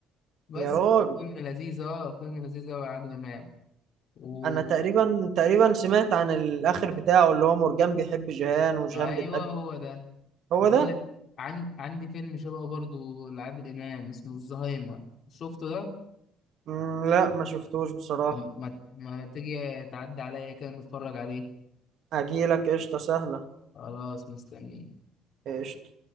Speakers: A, on the left (about 45°); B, on the right (about 55°).
A: بس
B: يا راجل
A: فيلم لذيذ آه فيلم لذيذ أوي يا عادل إمام و...
B: انا تقريبا تقريبا سمعت عن الاخر بتاعه اللي هو مرجان بيحب جيهان وجيهان
A: أيوه
B: بتحبه
A: هو ده
B: هو
A: بقول
B: ده
A: لك عن... عندي فيلم شبهه برضه لعادل إمام اسمه الزهايمر شفته ده؟
B: مم، لا ما شفتوش بصراحه
A: طب ما ما ما تيجي تعدي عليا كده نتفرج عليه
B: اجيلك قشطه سهله
A: خلاص مستني
B: قشطه